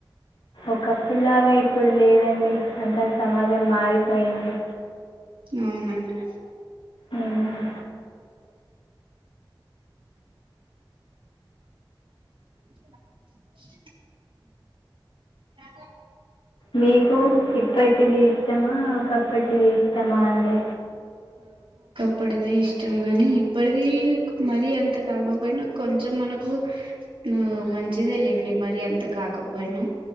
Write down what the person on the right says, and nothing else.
అవునండి
<inaudible> అ
ప్పుటిది ఇష్టం గాని ఇప్పటిది మరీ ఎంత కాకపోయినా కొంచెం మనకు ఆ మంచిదే లేండి మరీ ఎంత కాకపోయినా